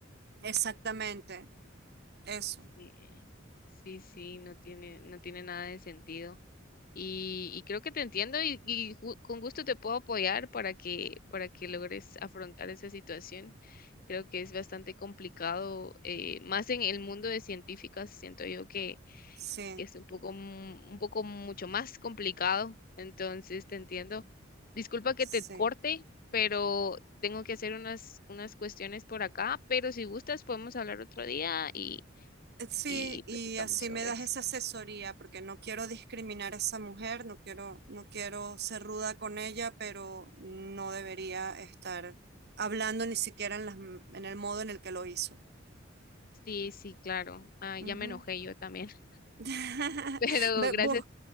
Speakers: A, on the right; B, on the left.
A: exactamente eso.
B: Sí, sí, sí, no tiene, no tiene nada de sentido. Y, y creo que te entiendo y, y ju- con gusto te puedo apoyar para que, para que logres afrontar esa situación. Creo que es bastante complicado, eh, más en el mundo de científicas, siento yo que
A: Sí,
B: que es un poco, mm, un poco mucho más complicado, entonces te entiendo. Disculpa que
A: sí.
B: te corte, pero tengo que hacer unas, unas cuestiones por acá, pero si gustas podemos hablar otro día y,
A: Sí,
B: y platicamos
A: y así
B: sobre
A: me das
B: eso.
A: esa asesoría, porque no quiero discriminar a esa mujer, no quiero, no quiero ser ruda con ella, pero no debería estar hablando ni siquiera en las, en el modo en el que lo hizo.
B: Sí, sí, claro. Ah,
A: Ujú.
B: ya me enojé yo también,
A: <laughs>
B: <laughs> pero
A: Ve,
B: gracias.
A: bus-